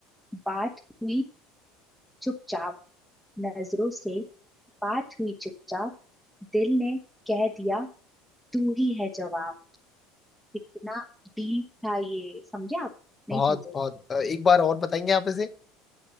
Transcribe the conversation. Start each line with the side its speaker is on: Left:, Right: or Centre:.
Centre: बात हुई चुपचाप नजरों से बात हुई चुपचाप दिल ने कह दिया तू ही है जवाब कितना डीप था ये समझे आप नहीं
Left: बहुत
Centre: समझे
Left: बहुत अ, एक बार और बताएंगे आप इसे